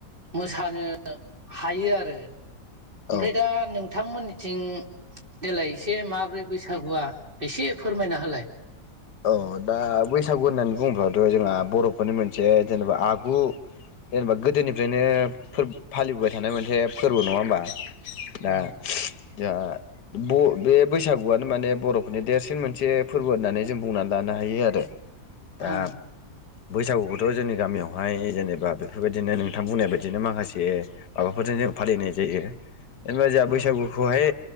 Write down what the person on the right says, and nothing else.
मोसानो हायो आरो
ओमफ्राय दा नों थांमोननिथिं देेलाय एसे माब्रै बैसागुआ एसे फोरमायना होलाय
ओं
औ
ओं